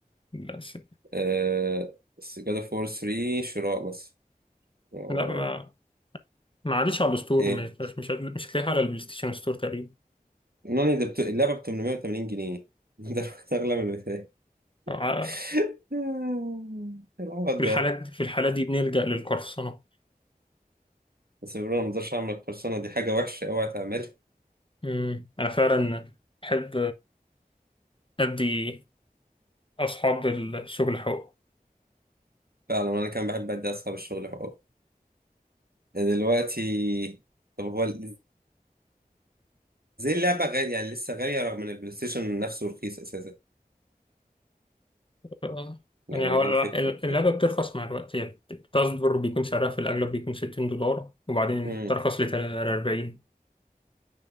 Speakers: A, on the left; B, on the right.
A: لا س...
B: آه جاد اوف وور 3 شراء مثلا آه
A: لا ما ما عادش على الستور
B: ايه
A: مش مش مش هتلاقيها على البلاي ستيشن ستور تقريبا
B: نوني ده بت... اللعبة ب 880 جنيه <laughs> ده اغلى من البداية
A: ع-
B: <laughs> العبط
A: في الحالات
B: ده
A: في الحالات دي بنلجأ للقرصنة
B: بس بيقولوا أنا ما اقدرش اعمل القرصنة دي حاجة وحشة اوعى تعملها
A: مم. أنا فعلا أحب أدي أصحاب الشغل حقوق
B: فعلا انا كان بحب ادي اصحاب الشغل حقوق دلوقتي طب هو ال- زي اللعبة غالية يعني لسه غالية رغم ان البلاي ستيشن نفسه رخيص اساسا
A: آه.
B: يعني
A: يعني هو
B: ايه
A: ال-
B: الفكرة بتاعتها؟
A: اللعبة بترخص مع الوقت هي بتصدر بيكون سعرها في الأغلب بيكون 60 دولار وبعدين
B: مم.
A: ترخص ل 40